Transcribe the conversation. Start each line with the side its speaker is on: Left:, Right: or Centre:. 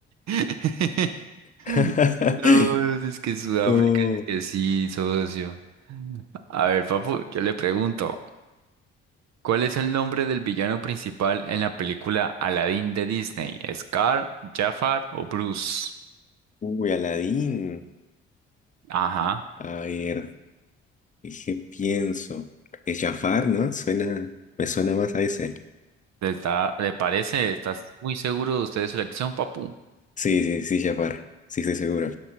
Right: <laughs>
Left: <laughs>
Right: No, es que Sudáfrica,
Left: No.
Right: es que sí, socio. A ver, papu, yo le pregunto, ¿cuál es el nombre del villano principal en la película Aladdin de Disney? ¿Scar, Jafar o Bruce?
Left: Uy, Aladín.
Right: Ajá,
Left: A ver. Dije, pienso. Es Jafar, ¿no? Suena, me suena más a ese.
Right: ¿le, está- le parece? ¿Estás muy seguro de usted de su elección, papu?
Left: Sí, sí, sí, Jafar. Sí, estoy seguro.